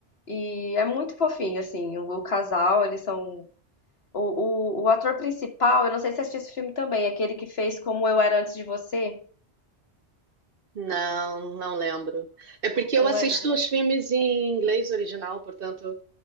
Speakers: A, on the left; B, on the right.
A: E é muito fofinho, assim, o, o casal, eles são O, o, o ator principal, eu não sei se você assistiu esse filme também, aquele que fez Como Eu Era Antes de Você,
B: Não, não lembro. É porque eu
A: não
B: assisto
A: lembro.
B: os filmes em inglês original, portanto,